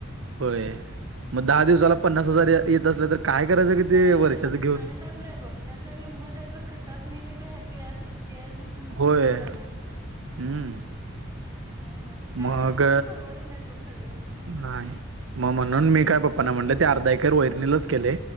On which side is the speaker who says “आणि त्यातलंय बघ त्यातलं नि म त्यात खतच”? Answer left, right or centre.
Right